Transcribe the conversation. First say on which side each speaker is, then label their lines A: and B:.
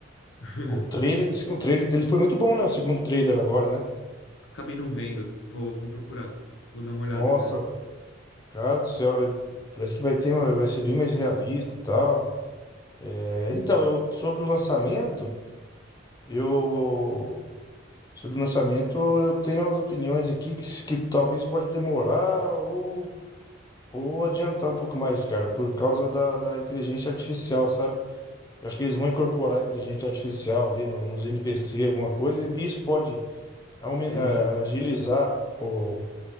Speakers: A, on the left (about 80°); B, on the left (about 20°).
A: <laughs>
B: o trailer, o trailer dele foi muito bom, né? O segundo trailer agora, né?
A: Acabei não vendo. Vou, vou procurar. Vou dar uma olhada,
B: Nossa,
A: né?
B: cara do céu, é- parece que vai ter, uma- vai ser bem mais realista, e tal. É, então, eu sobre o lançamento, eu sobre o lançamento eu tenho as opiniões aqui que, s- que talvez pode demorar ou ou adiantar um pouco mais, cara, por causa da, da inteligência artificial, sabe? Eu acho que eles vão incorporar a inteligência artificial ali no- nos NPC, alguma coisa, e isso pode aumen-
A: Entendi.
B: ah, agilizar o,